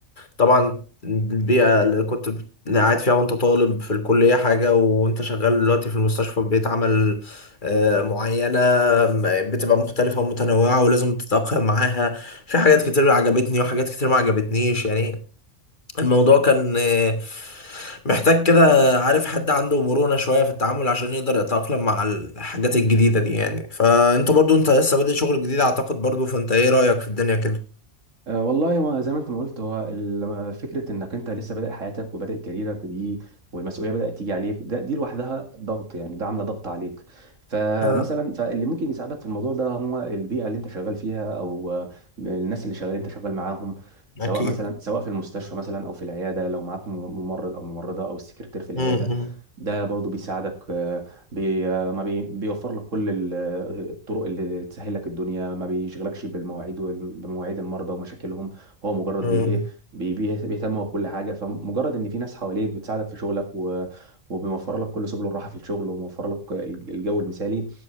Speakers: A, on the left (about 40°); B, on the right (about 80°).
A: طبعا البيئة اللي كنت بت- اللي قاعد فيها وانت طالب في الكلية حاجة وانت شغال دلوقتي في المستشفى ببيئة عمل آه، معينة م- بتبقى مختلفة ومتنوعة ولازم تتأقلم معاها في حاجات كتير عجبتني وحاجات كتير ما عجبتنيش يعني الموضوع كان آه، محتاج كده عارف حد عنده مرونة شوية في التعامل عشان يقدر يتأقلم مع الحاجات الجديدة دي يعني فانت برضو انت لسه بادئ شغل جديد اعتقد برضو فانت ايه رأيك في الدنيا كده
B: أه والله هو زي ما انت ما قلت هو ال- لما فكره انك انت لسه بادئ حياتك وبادئ كاريرك دي والمسؤوليه بدات تيجي عليك ده دي لوحدها ضغط يعني ده عامله ضغط عليك فمثلا
A: اه
B: فاللي ممكن يساعدك في الموضوع ده هو البيئه اللي انت شغال فيها او آه، الناس اللي شغال انت شغال معاهم سواء
A: اكيد
B: مثلا سواء في المستشفى مثلا او في العياده لو معاك ممرض او ممرضه او السكرتير في العياده
A: امم
B: ده برضه بيساعدك آه، بي ما بي بيوفر لك كل ال- الطرق اللي تسهل لك الدنيا ما بيشغلكش بالمواعيد وال- بمواعيد المرضى ومشاكلهم هو مجرد
A: مم.
B: بي ايه بي بي- بيهتم بكل حاجه فمجرد ان في ناس حواليك بتساعدك في شغلك و وبيوفر لك كل سبل الراحه في الشغل وموفر لك الج- الجو المثالي